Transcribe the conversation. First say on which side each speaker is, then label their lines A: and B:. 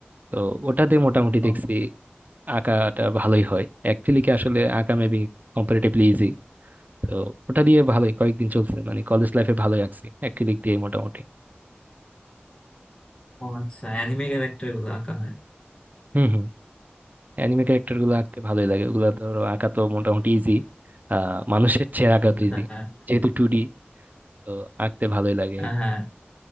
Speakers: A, on the right; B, on the left.
A: তো ওটাতে মোটামুটি
B: ও
A: দেখছি আঁকাটা ভালোই হয় অ্যাক্রিলিকে আসলে আঁকা মেবি কম্পারেটিভলি ইজি তো ওটা দিয়ে ভালোই কয়েকদিন চলছে মানে কলেজ লাইফে ভালোই আঁকছি অ্যাক্রিলিক দিয়ে মোটামুটি
B: ও আচ্ছা অ্যানিমে ক্যারেক্টার গুলো আঁকা হয়
A: হম অ্যানিমে ক্যারেক্টার গুলো আঁকতে ভালোই লাগে ওগুলো ধরো আঁকা তো মোটামুটি ইজি আহ মানুষের চেয়ে আঁকা তো ইজি
B: হ্যাঁ
A: যেহেতু টু ডি তো আঁকতে ভালোই লাগে
B: হ্যাঁ
A: আর কি।